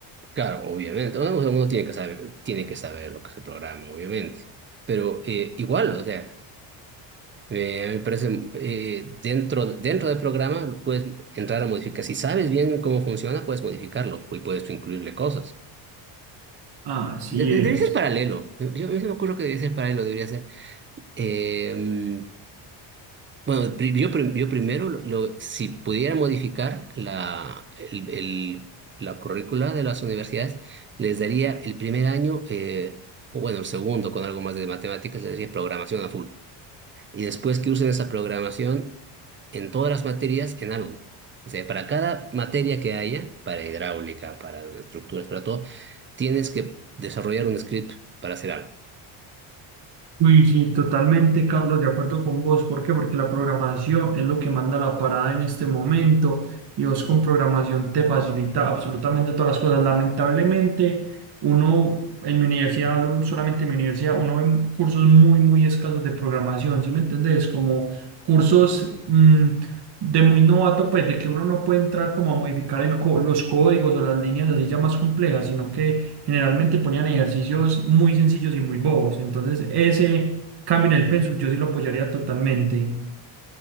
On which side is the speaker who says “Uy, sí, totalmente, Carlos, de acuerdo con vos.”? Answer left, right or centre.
Right